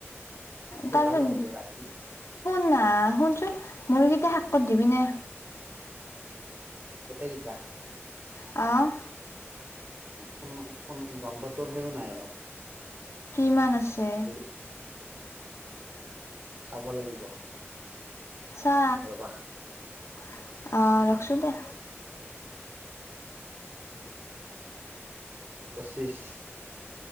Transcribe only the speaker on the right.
আৰু হ'ব ৰাতি
গোটেইকেইটা?
ফোন-ফোন যন্ত্ৰাটোৰ সেয়ও নাই অলপ।
বুজি চাব লাগিব।
ৰবা
পঁচিছ।